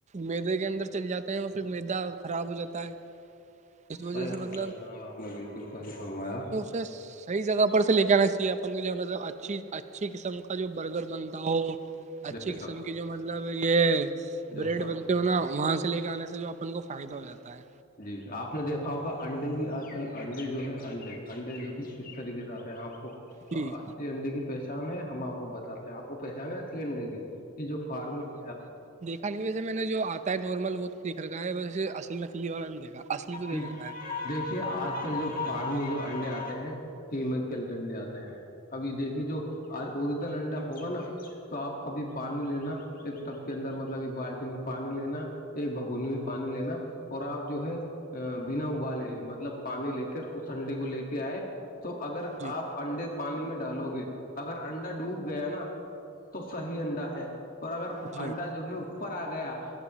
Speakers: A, on the right; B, on the left.
A: میدے کے اندر چل جاتے ہیں وہ پھر میدا خراب ہو جاتا ہے اس وجہ
B: صحیح
A: سے مطلب
B: فرمایا جناب آپ نے بالکل صحیح فرمایا
A: پس صحی جگہ پر سے لے کے آنا چاہیے اپن کو جو ہے اچھی اچھی قسم کا جو برگر بنتا ہو اچھی
B: بے شک
A: قسم کی جو مطلب یہ
B: بے
A: بریڈ
B: شک
A: بنتے ہو نا وہاں سے لے کے
B: جی
A: آنے سے جو ان کو فائدہ ہو جاتا ہے
B: جی آپ نے دیکھا ہوگا انڈے بھی آج کل انڈے جو ہے انڈے انڈے جو کہ کس طریقے سے آتے ہیں آپ کو
A: جی
B: اچلی انڈے کی پہچان ہے ہم آپ کو بتاتے ہیں آپ کو پہچان ہے اچلی انڈے کی کہ جو فارم انڈے آتے ہیں
A: کھانی ویسے میں نے جو آتا ہے نارمل وہ دیکھ را ہے ویسے اصل میںکلی اور نہیں دیکھا اصلی تو دیکھ
B: دیکھیے
A: رکھا ہے
B: آج کل جو فارمی جو انڈے آتے ہیں قمک کل کے انڈے آتے ہیں ابھی دیکھیے جو اورجنل انڈا ہوگا نا تو آپ کبھی پانی لینا ایک ٹب کے اندر مطلب ایک بالٹی میں پانی لینا ایک بھگول میں پانی لینا اور آپ جو ہے ا بنا ابالے ہے مطلب پانی لے کر اس انڈے کو لے کے آئے تو اگر
A: جی
B: آپ انڈے پانی میں ڈالو گے اگر انڈا ڈوب گیا نا تو صحیح انڈا ہے اور اگر
A: جی
B: انڈا جو ہے اوپر آ گیا